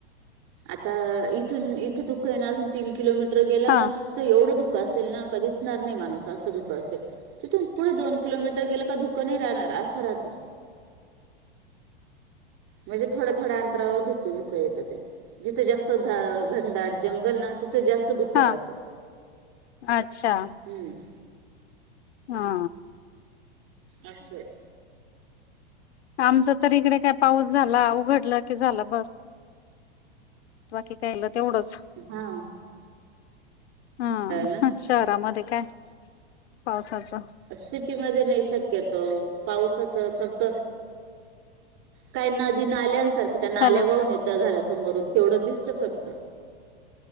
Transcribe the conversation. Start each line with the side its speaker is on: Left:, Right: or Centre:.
Right: आता इथून इथं धुक आहे ना अजून तीन किलोमीटर गेलं
Left: हा
Right: ना तिथ एवढं धुक असेल ना, का दिसणार नाही माणूस असं धुकं असेल. तिथून पुढं दोन किलो मीटर गेलं का धुक नाही राहणार, असं राहतं.
Left: ह <inaudible>
Right: म्हणजे थोड्या थोड्या अंतरावर धूकं धुकं येतं ते. जिथं जास्त घनदाट जंगल ना तिथं जास्त धुकं
Left: हा
Right: राहतं,
Left: अच्छा
Right: हम्म.
Left: हा
Right: असंय.
Left: आमचं तर इकडे काय पाऊस झाला, उघडलं की झालं बस. बाकी कायलं तेवढंच.
Right: हां.
Left: हां,
Right: ना
Left: शहरामध्ये काय पावसाचं.
Right: सिटीमध्ये नाही शक्यतो, पावसाचं फक्त काय नदी नाल्यासारखं त्या नाल्या
Left: हॅलो
Right: वाहून येत त्या घरासमोरून तेवढं दिसतं फक्त.